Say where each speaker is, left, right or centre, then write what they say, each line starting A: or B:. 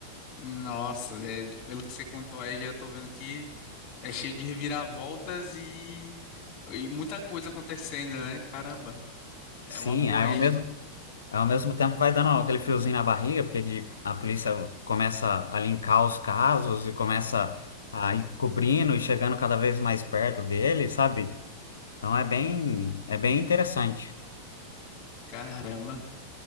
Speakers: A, on the left; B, on the left.
A: Nossa, é, pelo que você contou aí, já tô vendo que é cheio de reviravoltas e, e muita coisa acontecendo, né? Caramba. É
B: Sim,
A: uma boa
B: aí
A: aí,
B: ao mesmo,
A: gente.
B: aí ao mesmo tempo vai dando aquele friozinho na barriga, porque de- a polícia começa a linkar os casos e começa a ir cobrindo e chegando cada vez mais perto dele, sabe? Então é bem, é bem interessante.
A: Caramba.